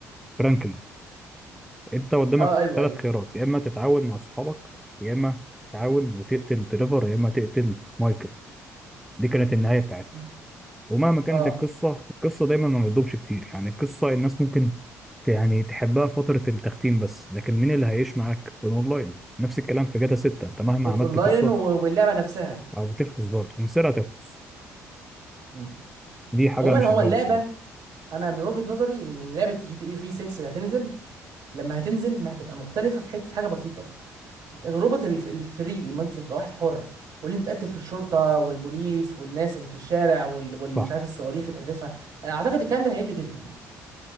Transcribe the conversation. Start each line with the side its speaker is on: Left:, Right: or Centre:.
Centre: فرانكلين انت قدامك
Right: اه ايوه
Centre: ثلاث
Right: ايوه
Centre: خيارات يا اما تتعاون مع صحابك يا اما تتعاون وتقتل تريفر يا اما تقتل مايكل دي كانت النهاية بتاعتها
Right: مم.
Centre: ومهما كانت
Right: اه
Centre: القصة القصة دايما ما بتدومش كتير يعني القصة الناس ممكن ت- يعني تحبها فترة التختيم بس لكن مين اللي هيعيش معاك في الاونلاين نفس الكلام في جاتا 6 انت مهما
Right: اون-
Centre: عملت
Right: اونلاين
Centre: قصة
Right: و- واللعبة نفسها
Centre: هتخلص برضه مصر هتخلص
Right: مم.
Centre: دي حاجه
Right: عموما
Centre: مش
Right: هو
Centre: عجباني
Right: اللعبة
Centre: بصراحه
Right: انا من وجهة نظري ان لعبة جي تي اي في 6 اللي هتنزل لما هتنزل ما هتبقى مختلفه في حته في حاجه بسيطه تجربه الف- الفري ما انت تبقى واحد حر واللي انت تقتل في الشرطه والبوليس والناس اللي في الشارع وال- واللي
Centre: صح
Right: مش عارف الصواريخ اللي بتحدفها انا اعتقد الكلام ده هيقل جدا